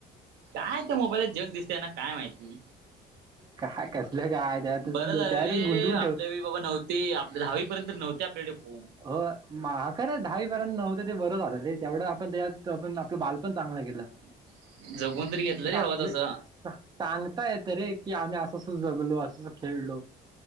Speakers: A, on the right; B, on the right.
A: काय त्या मोबाईलात जग दिसतेय यांना काय माहिती.
B: काय कसलं काय त्यातच
A: बरं झालं
B: त्यातच
A: रे
B: गुंतवून
A: आपल्या
B: ठेवत
A: वेळी बाबा नव्हते आपल्या दहावीपर्यंत तरी नव्हते आपल्याकडे फोन
B: होय म खरं दहावीपर्यंत नव्हतं ते बरं झालं ते तेवढंच आपण त्यात आपण आपलं बाल पण चांगलं गेलं.
A: <unintelligible> जगून तरी घेतलं
B: सागीनं
A: रे हवं तसं
B: सांगता येतं रे. की आम्ही असं असं जगलो असं असं खेळलो.